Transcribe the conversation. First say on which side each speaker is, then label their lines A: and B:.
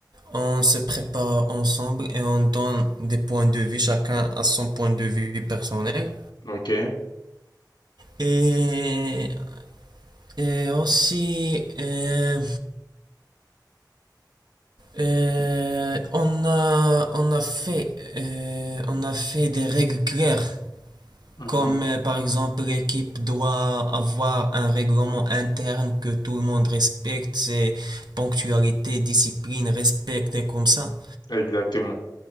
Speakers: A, on the right (about 70°); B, on the left (about 80°).
A: on se prépare ensemble et on donne des points de vue, chacun à son point de vue personnel.
B: OK?
A: Et, et aussi, euh, Euh, on a, on a fait, euh, on a fait des règles claires,
B: Mhm.
A: comme euh, par exemple l'équipe doit avoir un règlement interne que tout le monde respecte, c'est ponctualité, discipline, respect et comme ça.
B: Exactement.